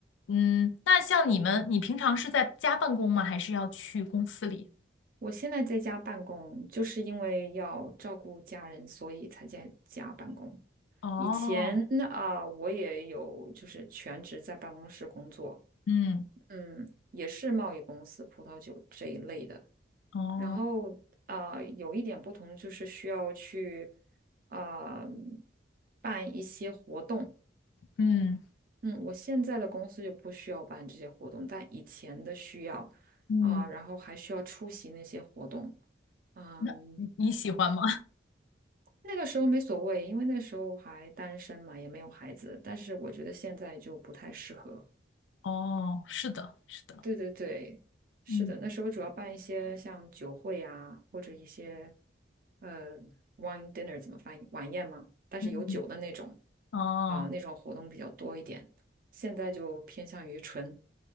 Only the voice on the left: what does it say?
嗯，那像你们，你平常是在家办公吗？还是要去公司里？
哦，
嗯，
哦，
嗯
嗯，
那你你喜欢吗？
哦，<laughs> 是的，是的，
嗯
嗯，哦，